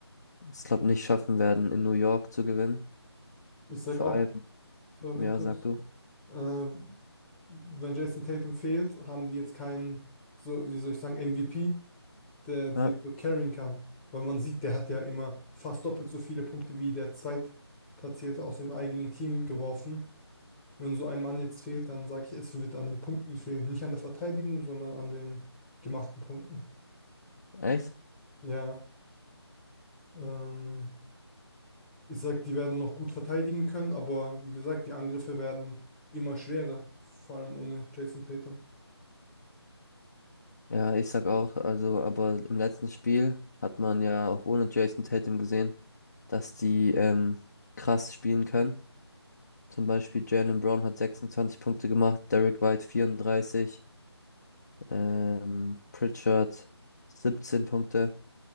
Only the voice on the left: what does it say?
es, glaube nicht schaffen werden, in New York zu gewinnen.
Vor
allem,
ja,
sag du.
Ja,
echt?
Ja, ich sag auch, also, aber im letzten Spiel hat man ja auch ohne Jason Tatum gesehen, dass die ähm, krass spielen können. Zum Beispiel Jalen Brown hat 26 Punkte gemacht, Derrick White 34. Ähm, Pritchard 17 Punkte.